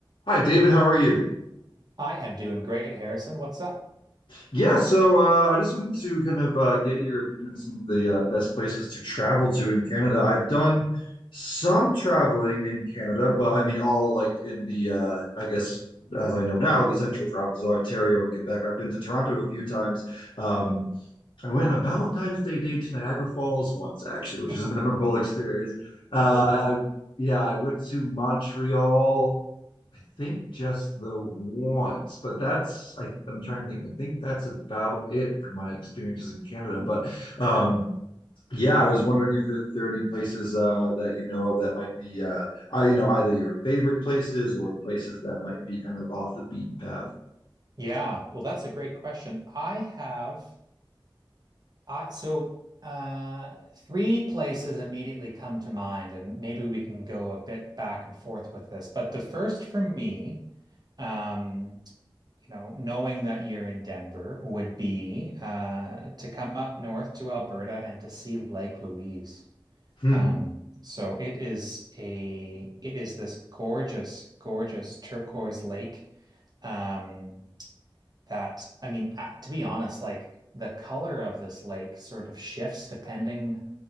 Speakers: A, on the left (about 70°); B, on the right (about 50°).
A: Hi, David. How are you?
B: I am doing great, Harrison. What's up? <laughs>
A: Yeah, so uh, I just wanted to kind of uh, get your opinion on some of the uh, best places to travel to in Canada. I've done some traveling in Canada, but I mean, all like in the, uh, I guess, as I know now, the central provinces, Ontario and Quebec. I've been to Toronto a few times. Um, I went on a Valentine's Day date to Niagara Falls once, actually, which
B: Oh,
A: was a memorable
B: cool.
A: experience.
B: <laughs>
A: Uh,
B: That is,
A: I,
B: yeah.
A: yeah, I went to Montreal, I think just the once, but that's, I, I'm trying to think. I think that's about it for my experiences in Canada. But um, yeah, I was wondering if, there, if there are any places uh, that you know of that might be, uh, I, you know, either your favorite places or places that might be kind of off the beaten path.
B: Yeah. Well, that's a great question. I have I so uh three places immediately come to mind, and maybe we can go a bit back and forth with this. But the first for me, um, you know, knowing that you're in Denver would be uh to come up north to Alberta and to see Lake Louise.
A: Hmm.
B: Um, so it is a it is this gorgeous, gorgeous turquoise lake. Um, that I mean, a- to be honest, like the color of this lake sort of shifts depending